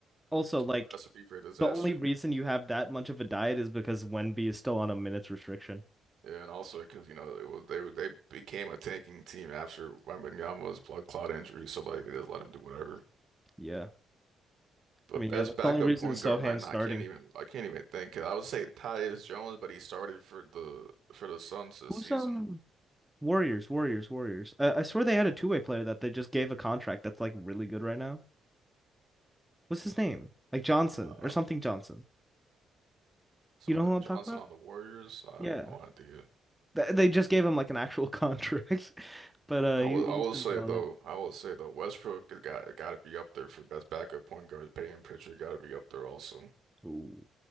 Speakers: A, in the centre; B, on the right.
A: Also,
B: Just
A: like
B: a recipe for disaster.
A: the only reason you have that much of a diet is because Wemby is still on a minutes restriction.
B: Yeah, and also because you know it was they were- they became a tanking team after Wembanyama's blood clot injury, so like they just let him do whatever.
A: Yeah.
B: But
A: I mean,
B: best
A: yeah, that's
B: backup
A: the only reason
B: point
A: Sohan's
B: guard right now,
A: starting.
B: I can't even I can't even think. 'Cause I would say Tyus Jones, but he started for the for the Suns this
A: Who's
B: season.
A: um Warriors, Warriors, Warriors. I, I swear they had a two-way player that they just gave a contract that's like really good right now. What's his name? Like Johnson
B: Uh,
A: or something Johnson.
B: something
A: You know who I'm
B: Johnson
A: talking about?
B: on the Warriors. I
A: Yeah.
B: have no idea.
A: Th- They just gave him like an actual contract, <laughs> but uh,
B: I
A: he,
B: will
A: he's
B: I will
A: been
B: say
A: killing
B: though
A: it.
B: I will say though Westbrook has got got to be up there for best backup point guard. Peyton Pritchard got to be up there also.
A: Ooh,